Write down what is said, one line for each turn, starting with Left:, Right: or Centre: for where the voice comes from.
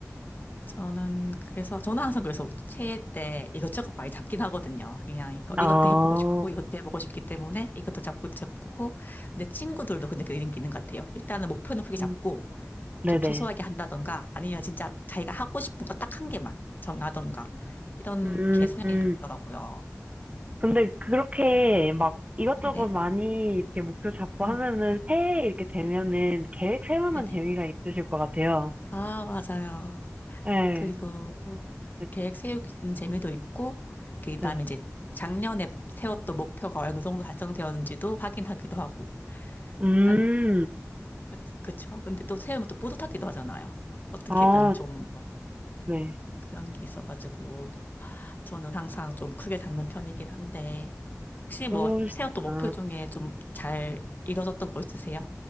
Left: 저는, 그래서, 저는 항상 그래서 새해 때 이것저것 많이 잡긴 하거든요. 그냥 이거,
Right: 아,
Left: 이것도 해보고 싶고, 이것도 해보고 싶기 때문에 이것도 잡고 잡고. 근데 친구들도 근데 그런 게 있는 것 같아요. 일단은 목표는 크게 잡고,
Right: 음, 네네.
Left: 좀 소소하게 한다던가, 아니면 진짜 자기가 하고 싶은 거 딱 한 개만 정하던가, 이런
Right: 음,
Left: 게 성향이
Right: 음.
Left: 갈리더라고요.
Right: 근데 그렇게 막 이것저것
Left: 네네.
Right: 많이 이렇게 목표 잡고
Left: 음,
Right: 하면은 새해 이렇게 되면은 계획 세우는
Left: 네네.
Right: 재미가 있으실 것 같아요.
Left: 아, 맞아요.
Right: 네.
Left: 그리고
Right: 네.
Left: 계획 세우는 재미도 있고, 그다음에
Right: 네.
Left: 이제 작년에 세웠던 목표가 어느 정도 달성되었는지도 확인하기도 하고.
Right: 음,
Left: 일단 그, 그쵸. 근데 또 세우면 또 뿌듯하기도 하잖아요. 어떻게든
Right: 아,
Left: 좀
Right: 네.
Left: 그런 게 있어가지고 저는 항상 좀 크게 잡는 편이긴 한데 혹시 뭐
Right: 그러시구나.
Left: 세웠던 목표 중에 좀 잘 이뤄졌던 거 있으세요?